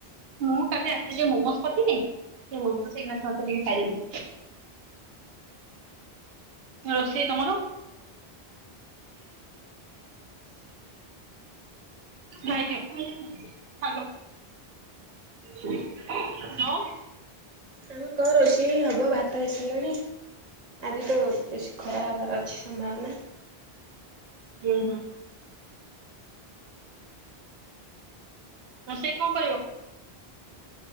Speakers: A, on the right; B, on the right.
A: ମୁଁ କାଲି ରାତିରେ ଯୋଉ ମୋମଜ କରିଥିଲି ସେଇ ମୋମଜ <unintelligible> ଖାଇଦେଲି। ରୋଷେଇ ତମର? ହ୍ୟାଲୋ। ହ୍ୟାଲୋ।
B: ଆଁ କଣ ରୋଷେଇ ଆଜି ଭାତ ବସିବନି ଆଜିତ ଖରା ହବାର ଅଛି। ସମ୍ଭାବନା
A: ହୁଁ ହୁଁ। ରୋଷେଇ କଣ କରିବ?